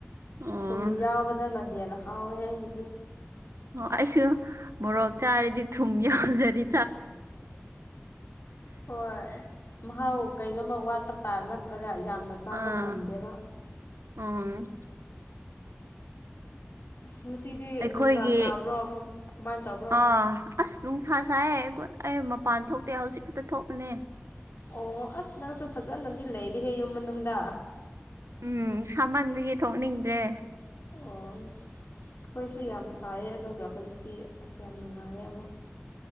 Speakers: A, on the right; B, on the left.
A: ꯑꯣ
B: ꯊꯨꯝ ꯌꯥꯎꯕꯗꯅ ꯍꯦꯟꯅ ꯍꯥꯎꯋꯦ ꯑꯩꯒꯤꯗꯤ
A: ꯑꯣ ꯑꯩꯁꯨ ꯃꯣꯔꯣꯛ ꯆꯥꯔꯗꯤ ꯊꯨꯝ ꯌꯥꯎꯖꯔꯤ
B: ꯍꯣꯏ ꯃꯍꯥꯎ ꯀꯩꯅꯣꯝꯃ ꯋꯥꯠꯄ ꯇꯥꯕ ꯅꯠꯇ꯭ꯔꯒ ꯌꯥꯝꯅ ꯆꯥꯕ
A: ꯑꯥ
B: ꯉꯝꯗꯦꯕ
A: ꯎꯝ
B: ꯑꯁ ꯉꯁꯤꯗꯤ
A: ꯑꯩꯈꯣꯏꯒꯤ
B: ꯅꯨꯡꯁꯥ ꯁꯥꯕ꯭ꯔꯣ ꯀꯝ ꯀꯃꯥꯏꯅ ꯇꯧꯕ꯭ꯔꯣ
A: ꯑꯥ ꯑꯁ ꯅꯨꯡꯁꯥ ꯁꯥꯏ ꯑꯩ ꯃꯄꯥꯟ ꯊꯣꯛꯇꯦ ꯍꯧꯖꯤꯛ ꯈꯛꯇ ꯊꯣꯛꯄꯅꯦ
B: ꯑꯣ ꯑꯁ ꯅꯪꯁꯨ ꯐꯖꯅꯗꯤ ꯂꯩꯔꯤꯍꯦ ꯌꯨꯝ ꯃꯅꯨꯡꯗ
A: ꯎꯝ ꯁꯃꯟꯗꯨꯒꯤ ꯊꯣꯛꯅꯤꯡꯗ꯭ꯔꯦ
B: ꯇ ꯑꯩꯈꯣꯏꯁꯨ ꯌꯥꯝ ꯁꯥꯏꯌꯦ ꯑꯗꯨꯒ ꯍꯧꯖꯤꯛꯇꯤ ꯑꯁ ꯌꯥꯝ ꯅꯨꯡꯉꯥꯏꯌꯦ ꯑꯃꯨꯛ